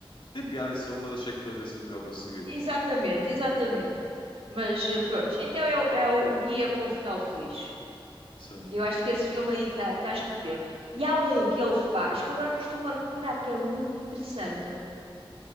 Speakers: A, on the left; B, on the right.
A: tem piada esse filme, mas achei que poderia ser melhor conseguido.
B: Exatamente, exatamente. Mas eh, pronto, então é, o, é o- o guia para um final feliz.
A: Sim.
B: Eu acho que esse filme aí está tá tá estupendo. E há um que ele faz, que agora não estou-me a recordar, que é muito interessante.